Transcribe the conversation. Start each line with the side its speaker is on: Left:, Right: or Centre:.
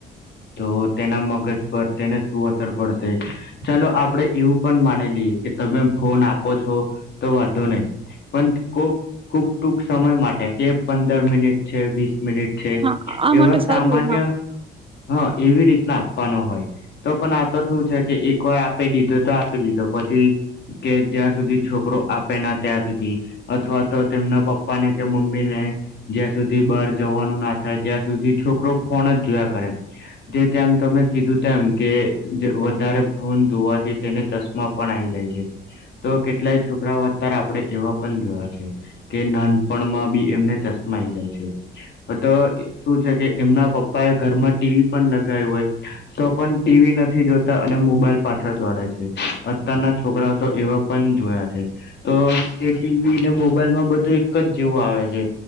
Left: તો તેના મગજ પર તેને શું અસર પડશે ચાલો આપડે એવું પણ માની લઈએ કે તમે ફોન આપો છો તો વાંધો નહીં પણ કોક કૂક ટૂંક સમય માટે કે પંદર મિનિટ છે વીસ મિનિટ છે
Right: હા આ
Left: એવા
Right: માટે
Left: સામાન્ય
Right: સારું હોય હા
Left: હા એવી રીતના આપવાનો હોય તો પણ આ તો શું છે કે એક વાર આપી દીધો તો આપી દીધો પછી કે જ્યાં સુધી છોકરો આપે ના ત્યાં સુધી અથવા તો તેમના પપ્પા ને કે મમ્મીને જ્યાં સુધી બહાર જવાનું ના થાય ત્યાં સુધી છોકરો ફોન જ જોય જે તેમ તમે કીધું તેમ કે વધારે ફોન જોવાથી તેને ચશ્મા પણ આઈ જાય છે તો કેટલાય છોકરાઓ અત્યારે આપણેે એવા પણ જોયા છે કે નાનપણમાં બી એમને ચશ્મા આઈ જાય છે તો શું છે કે એમના પપ્પા એ ઘરમાં ટીવી પણ લગાયું હોય તો પણ ટીવી નથી જોતા અને મોબાઈલ પાછળ દોડે છે અત્યારના છોકરાઓ તો એવા પણ જોયા છે તો તે ટીવીને મોબાઈલમાં બધું એક જ જેવું આવે છે